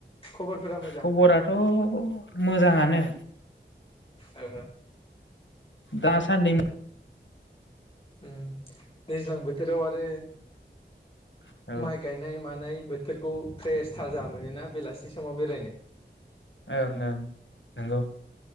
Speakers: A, on the left; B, on the left.
A: खबरफोरा मोजां
B: खबराथ' मोजाङानो
A: ओ
B: दासानदै
A: उम दैज्लां बोथोराव आरो
B: औ ओं
A: माइ गायनाय मानाय बो फेरखौ फ्रेस थाजा मोनोना बेलासि समाव बेरायनो
B: ओं ओं नगौ